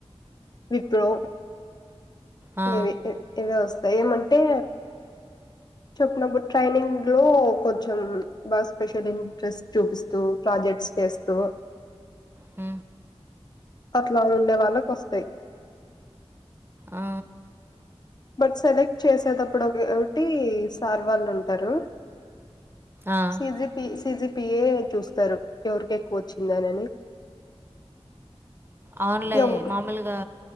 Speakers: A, on the left; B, on the right.
A: విప్రో
B: ఆ,
A: దివి ఈ ఇవే వస్తాయి ఏమంటే చెప్పినప్పుడు ట్రైనింగ్ లో కొంచెం బా స్పెషల్ ఇంట్రెస్ట్ చూపిస్తూ ప్రాజెక్ట్స్ చేస్తూ
B: ఊ
A: అట్లా ఉండే వాళ్ళకి వస్తాయి
B: ఆ
A: బట్ సెలెక్ట్ చేసేటప్పుడు ఒకే ఒకటి సార్ వాళ్ళుంటారు
B: ఆ.
A: C G P C G P A చూస్తిరు ఎవరికి ఎక్కువ వచ్చిందనని
B: అవునులే
A: ఎవ్
B: మామూలుగా